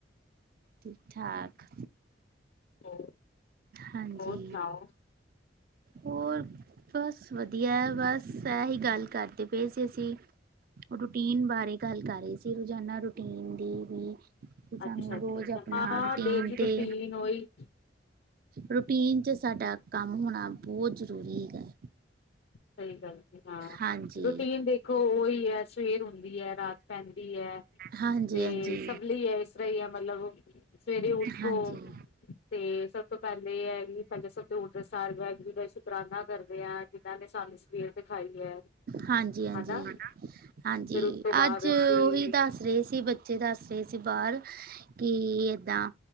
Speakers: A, on the right; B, on the left.
A: ਠੀਕ -ਠਾਕ।
B: ਹੋਰ
A: ਹਾਂਜੀ।
B: ਹੋਰ ਸੁਣਾਓ
A: ਹੋਰ ਬਸ, ਵਧੀਆ ਬਸ, ਐਹੀ ਗੱਲ ਕਰਦੇ ਪਏ ਸੀ, ਅਸੀਂ ਰੂਟੀਨ ਬਾਰੇ, ਗੱਲ ਕਰ ਰਹੇ ਸੀ, ਰੋਜ਼ਾਨਾ ਰੂਟੀਨ ਦੀ ਵੀ ਕਿ ਸਾਨੂੰ
B: ਅੱਛਾ,
A: ਰੋਜ਼ ਆਪਣਾ
B: ਹਾਂ,
A: ਰੂਟੀਨ
B: ਡੇਲੀ ਰੂਟੀਨ
A: ਤੇ
B: ਉਹੀ
A: ਰੂਟੀਨ 'ਚ, ਸਾਡਾ ਕੰਮ ਹੋਣਾ, ਬਹੁਤ ਜ਼ਰੂਰੀ ਹੈਗਾ।
B: ਸਹੀ ਗੱਲ ਸੀ, ਹਾਂ,
A: ਹਾਂਜੀ
B: ਰੂਟੀਨ ਦੇ। ਉਹੀ ਹੈ, ਸਵੇਰ ਹੁੰਦੀ ਹੈ, ਰਾਤ ਪੈਂਦੀ ਹੈ,
A: ਹਾਂਜੀ
B: ਤੇ
A: ਹਾਂਜੀ
B: ਸਵਲੀ ਹੈ, ਇਸ ਸਹੀ ਹੈ, ਆ ਮਤਲਬ ਸਵੇਰੇ ਉੱਠੋ।
A: ਹਾਂਜੀ
B: ਤੇ ਸਭ ਤੋਂ, ਪਹਿਲੇ ਹੈ, ਇਹ ਵੀ ਸਭ ਤੋਂ ਉਠਦੇ ਸਾਰ, ਵਾਹਿਗੁਰੂ ਦਾ ਸ਼ੁਕਰਾਨਾ ਕਰਦੇ ਆ ਤੇ। ਇਹਨੇ ਸਾਨੂੰ ਸਵੇਰ ਦਿਖਾਈ ਹੈ।
A: ਹਾਂਜੀ- ਹਾਂਜੀ
B: ਹਨਾ
A: -ਹਾਂਜੀ,
B: ਫਿਰ ਉਸ ਤੋਂ ਬਾਅਦ
A: ਅੱਜ ਉਹੀ
B: ਅਸੀਂ
A: ਦੱਸ ਗਏ ਸੀ, ਬੱਚੇ ਦੱਸ ਰਹੇ ਸੀ, ਬਾਹਰ ਕਿ ਏਦਾਂ।